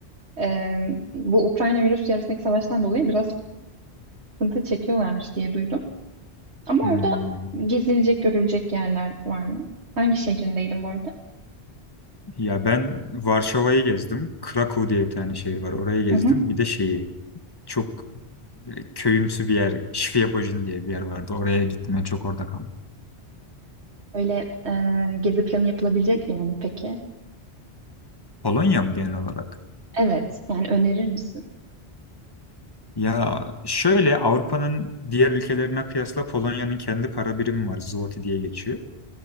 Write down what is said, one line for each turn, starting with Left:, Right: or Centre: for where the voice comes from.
Right: e, bu Ukrayna ve Rusya arasındaki savaştan dolayı biraz sıkıntı çekiyorlarmış diye duydum. Ama
Left: Hmm.
Right: orada gezilecek, görülecek yerler var mı? Hangi şehrindeydin bu arada?
Left: Ya ben Varşova'yı gezdim. Krakow diye bir tane şehir var. Orayı gezdim.
Right: Hı hı.
Left: Bir de şeyi çok köyümsü bir yer. Świebodzin diye bir yer vardı. Oraya gittim. Ben çok orada kaldım.
Right: Öyle e, gezi planı yapılabilecek bir yer mi peki?
Left: Polonya mı genel olarak?
Right: Evet, yani önerir misin?
Left: Ya şöyle Avrupa'nın diğer ülkelerine kıyasla Polonya'nın kendi para birimi var. Zloty diye geçiyor.